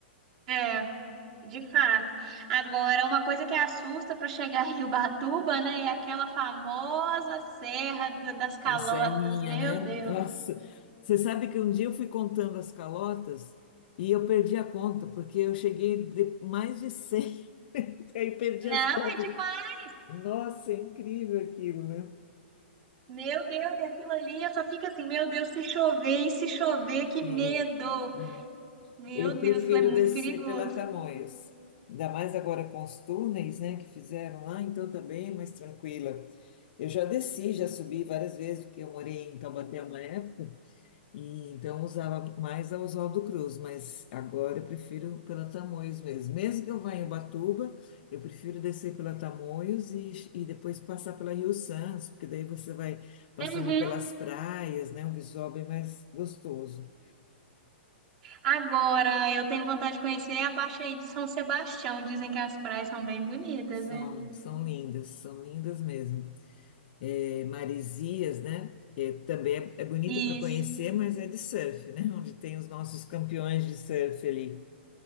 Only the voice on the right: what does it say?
É, de fato. Agora, uma coisa que assusta para chegar em Ubatuba, né, é aquela famosa Serra do- das Calotas.
Meu
Deus.
Não,
é demais.
Meu Deus, e aquilo ali, eu só fico assim, meu Deus, se chover e se chover, que
medo.
Meu
Deus,
aquilo é muito
perigoso.
Uhum.
Agora, eu tenho vontade de conhecer a parte aí de São Sebastião. Dizem que as praias são bem bonitas,
né?
Isso,